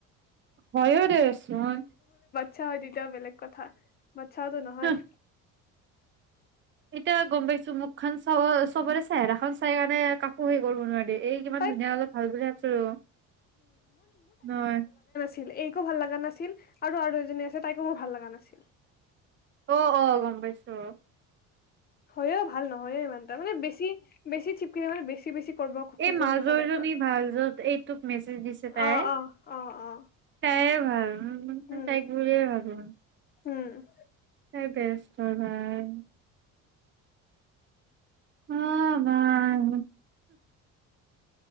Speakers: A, on the right; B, on the left.
A: হয়ো দেচোন,
B: চে হয় তেতিয়া বেলেগ কথা। বাটচ্চাও টো নহয়।
A: হাহ
B: <inaudible>
A: এতিয়া গ'ম পাইছ তো মুখখন চাওঁ চবৰে চা চেহেৰা খন চাই কাৰণে কাকো কৰিব নোৱাৰি। এই কিমান
B: তাইক
A: ধুনীয়া অলপ ভাল বুলি ভাবছিলো, নহয়।
B: ছিল, এইকো ভাল লগা নাছিল, আৰু আৰু এজনী আছে তাইকো মোৰ ভাল লগা নাছিল।
A: অ' অ' গণ পাইছ <unintelligible>
B: হইয় ভা ভাল নহয়ে ইমানটা, মানে বেছি বেছি কিহৰ বেছি বেছি কৰিব খোজে
A: এই মাজৰ
B: সেনেকুৱা টাইপৰ।
A: জনী ভাল, য'ত এই টোক মেছেজ দিছে তাই,
B: অ', অ', অ', অ',
A: তাইয়ে ভাল। অ'
B: উম,
A: অ' তাইক বুলিয়েই ভাবো।
B: উম,
A: তাই বেষ্ট হয় ভাই। অ' ভাল